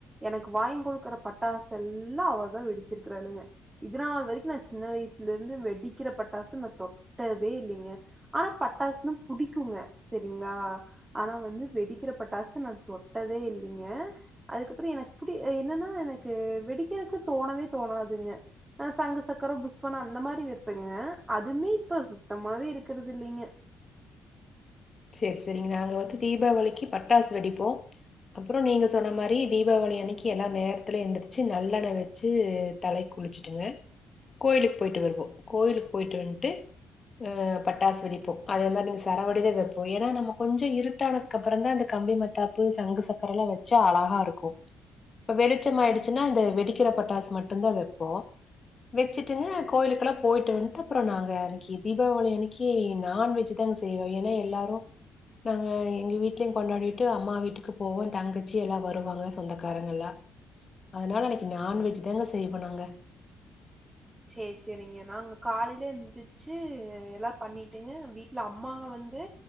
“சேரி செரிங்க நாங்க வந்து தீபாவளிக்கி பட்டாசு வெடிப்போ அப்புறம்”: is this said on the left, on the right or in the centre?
Left